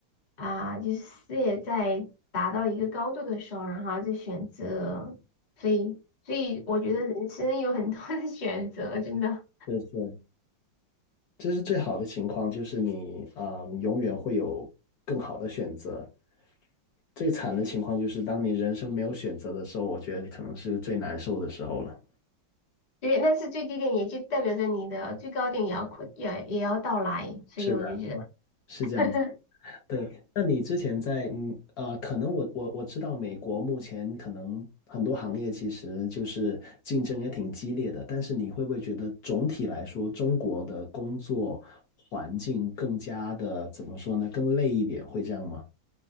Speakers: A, on the left; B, on the left.
A: 啊、就是事业在达到一个高度的时候，然后就选择，所以，所以我觉得人生有很多的 <laughs> 选择，真的，
B: 是是，这是最好的情况，就是你啊、嗯永远会有更好的选择。最惨的情况就是当你人生没有选择的时候，我觉得可能是最难受的时候了。
A: 对，但是最低点也就代表着你的最高点也要快，也也要到来，所以我就觉得
B: 是的，是这样子。
A: <laughs>
B: 对，那你之前在嗯呃，可能我我我知道美国目前可能很多行业其实就是竞争也挺激烈的，但是你会不会觉得总体来说中国的工作环境更加的怎么说呢？更累一点，会这样吗？